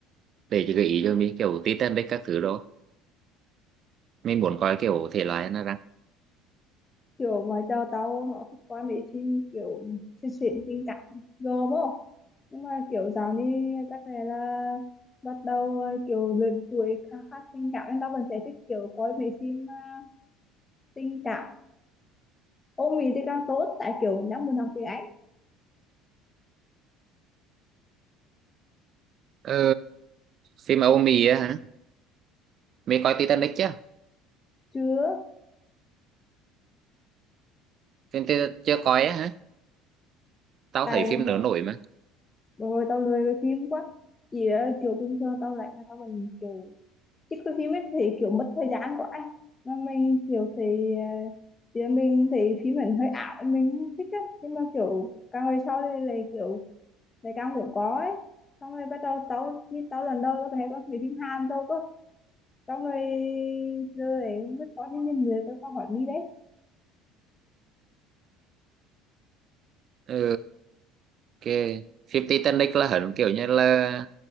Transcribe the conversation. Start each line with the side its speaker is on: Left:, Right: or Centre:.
Right: để gợi ý cho mi kiểu Titanic các thứ đó Mình muốn coi kiểu thể loại nào ra.
Left: Kiểu mà cho tao nó thích coi mấy phim kiểu xuyên xuyên tình cảm rồi không? Nhưng mà kiểu dạo đi chắc là, là bắt đầu ờ, kiểu lớn tuổi khá khá tình cảm nên tao vẫn sẽ thích kiểu coi mấy phim ờ, tình cảm. Ông Mỹ thì càng tốt tại kiểu đang muốn học tiếng Anh.
Right: Ờ, phim Âu Mỹ á hả? Mày coi Titanic chưa?
Left: Chưa,
Right: Phim ti chưa coi á hả? Tao
Left: tại
Right: thấy
Left: hồi,
Right: phim nữa nổi mà.
Left: hồi tao lười với phim quá. Chỉ là kiểu bình thường tao lạnh là tao vẫn kiểu chứ có phim ấy thì kiểu mất thời gian quá ấy. mà mình kiểu thì ờ, thì mình thì phim mình hơi ảo mình không thích á nhưng mà kiểu càng về sau đây là kiểu lại càng muốn có ấy xong rồi bắt đầu tao như tao lần đầu tao thấy có mấy phim Hàn thôi cơ xong rồi giờ này không biết có cái nhân người tao có hỏi đi đấy
Right: Ờ, ok. Phim Titanic là hẳn kiểu như là